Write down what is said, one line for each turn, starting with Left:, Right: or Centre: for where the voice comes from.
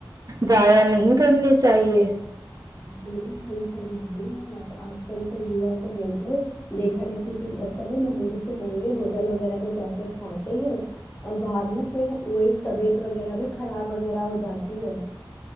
Right: ضائع نہیں کرنی چاہیے
Left: یہ تو صحیح فرمانی آپ آج کل کے یوا کو دیکھ لو دیکھا دیکھی کے چکر میں مہنگے سے مہنگے ہوٹل وغیرہ میں جا کے کھاتے ہیں اور بعد میں پھر وہی طبیعت وغیرہ بھی خراب وغیرہ ہو جاتی ہے